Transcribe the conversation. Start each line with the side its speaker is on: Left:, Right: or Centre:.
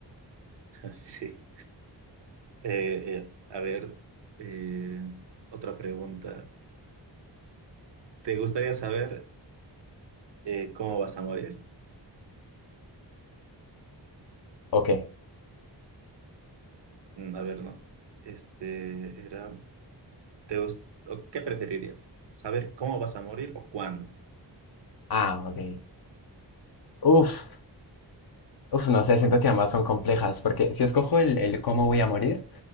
Right: sí. Eh, eh, a ver, eh, otra pregunta. ¿Te gustaría saber eh, cómo vas a morir?
Left: Ok.
Right: Mm, A ver, no. Este era, ¿te gus- o qué preferirías? ¿Saber cómo vas a morir o cuándo?
Left: Ah, ok. Uf, uf, no sé, siento que ambas son complejas, porque si escojo el, el cómo voy a morir,